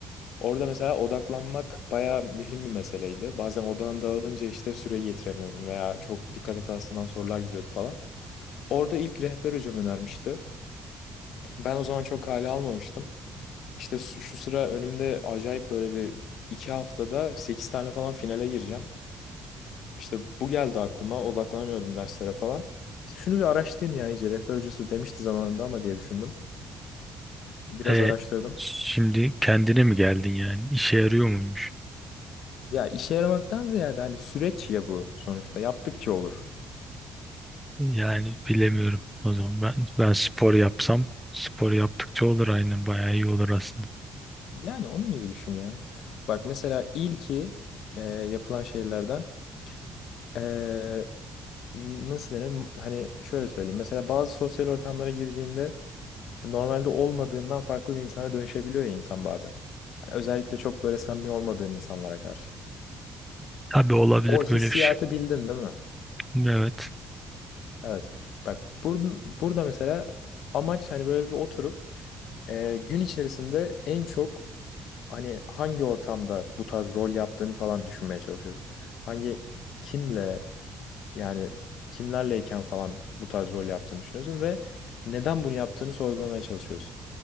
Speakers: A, on the left (about 75°); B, in the centre.
A: Orada mesela odaklanmak bayağı mühim bir meseleydi. Bazen odağın dağılınca işte süreyi yetiremiyordum veya çok dikkat hatasından sorular gidiyordu falan. Orada ilk rehber hocam önermişti. Ben o zaman çok hale almamıştım. İşte s- şu sıra önümde acayip böyle bir iki haftada 8 tane falan finale gireceğim. İşte bu geldi aklıma odaklanamıyordum derslere falan. İşte şunu bir araştırayım ya iyice rehber hocası demişti zamanında ama diye düşündüm. Biraz
B: e, e,
A: araştırdım.
B: şimdi kendine mi geldin yani? İşe yarıyor muymuş?
A: Ya işe yaramaktan ziyade hani süreç ya bu sonuçta yaptıkça olur.
B: Yani bilemiyorum. O zaman ben ben spor yapsam spor yaptıkça olur aynen bayağı iyi olur aslında.
A: Yani onun gibi düşün ya. Bak mesela ilki e, yapılan şeylerden e, n- nasıl denir? Hani şöyle söyleyeyim. Mesela bazı sosyal ortamlara girdiğinde e, normalde olmadığından farklı bir insana dönüşebiliyor ya insan bazen. Hani özellikle çok böyle samimi olmadığın insanlara karşı.
B: Tabii olabilir
A: O hissiyatı
B: böyle bir şey.
A: bildin değil mi?
B: Evet.
A: Evet. Bak bur- burada mesela amaç hani böyle bir oturup e, gün içerisinde en çok hani hangi ortamda bu tarz rol yaptığını falan düşünmeye çalışıyorsun. Hangi kimle yani kimlerleyken falan bu tarz rol yaptığını düşünüyorsun ve neden bunu yaptığını sorgulamaya çalışıyorsun.